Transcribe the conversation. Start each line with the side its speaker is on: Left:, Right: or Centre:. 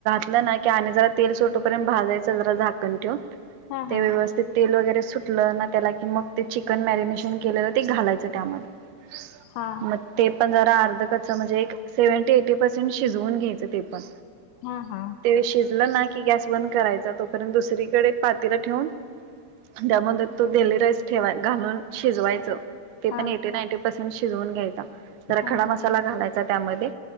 Right: घातल ना आणि जरा तेल सोटूपर्यंत भाजायच जरा झाकण ठेवून
Left: हा हा
Right: ते
Left: हा
Right: व्यवस्थित तेल वगैरे सुटलं ना, त्याला की मग ते चिकन मॅरिनेशन केलेलं ते घालायचं त्यामध्ये
Left: हा
Right: मग ते पण जरा अर्धकच्चं म्हणजे एक सेवेंटी ऐटी पर्सेंट शिजवून घ्यायायचं ते पण,
Left: हा हा हा
Right: शिजल ना की गॅस बंद करायचा. तोपर्यंत दुसरीकडे पातेलं ठेवून त्यामध्ये तो डेली राईस ठेवायचा घालून शिजवायचा. ते पण
Left: हा
Right: एटी-नाईंटी पर्सेंट शिजवून घ्यायचा. जरा
Left: हा
Right: खडा
Left: हा
Right: मसाला घालायचा त्यामध्ये,